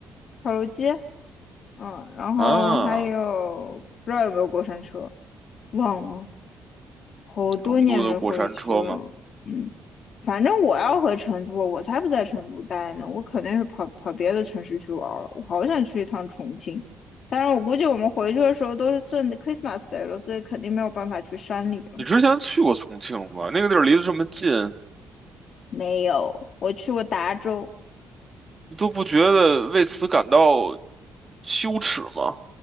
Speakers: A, on the left; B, on the right.
A: 跳楼机，嗯，然后还有不知道有没有过山车，
B: 啊，
A: 忘了，好多年没回去了，
B: 成都的过山车吗？
A: 嗯，反正我要回成都，我才不在成都待呢，我肯定是跑跑别的城市去玩了，我好想去一趟重庆，但是我估计我们回去的时候都是顺 Christmas Day 了，所以肯定没有办法去山里了。
B: 你之前去过重庆吗？那个地儿离得这么近，
A: 没有，我去过达州。
B: 你都不觉得为此感到羞耻吗？